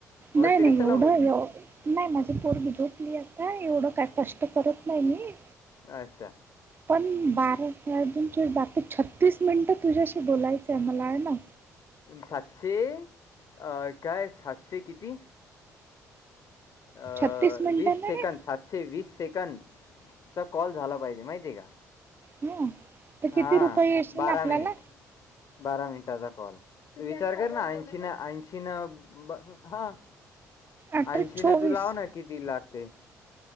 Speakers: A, on the left; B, on the right.
A: वरती
B: नाही-नाही
A: कशाला
B: एवढं
A: बोलती?
B: आहे. नाही माझी पोरब झोपली आता, एवढं का कष्ट करत नाही मी.
A: अच्छा.
B: पण बारा अजून बाकी छत्तीस मिनिटं तुझ्याशी बोलायचं आहे मला, आहे ना.
A: सातशे अ काय सातशे किती. अ
B: छत्तीस मिनिटं
A: वीस
B: ना
A: सेकंद,
B: रे
A: सातशे वीस सेकंद चा कॉल झाला पाहिजे, माहिती आहे का.
B: हं. तर
A: हा,
B: किती रुपये येशील
A: बारा
B: आपल्याला
A: मिनिट, बारा मिनिटाचा कॉल. विचार कर ना, ऐंशी ना, ऐंशीन हा.
B: अठरा
A: ऐंशी
B: चोवीस
A: न तू लाव ना, किती लागते,